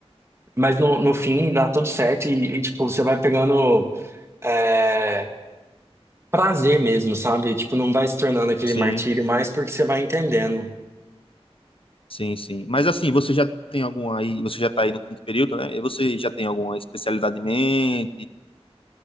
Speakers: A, on the right; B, on the left.
A: mas no, no fim dá tudo certo e, e, tipo, você vai pegando é, prazer mesmo, sabe? Tipo, não vai se tornando aquele
B: Sim,
A: martírio mais porque você vai entendendo.
B: sim, sim. Mas assim, você já tem alguma aí, você já está aí no quinto período, né? E Você já tem alguma especialidade em mente?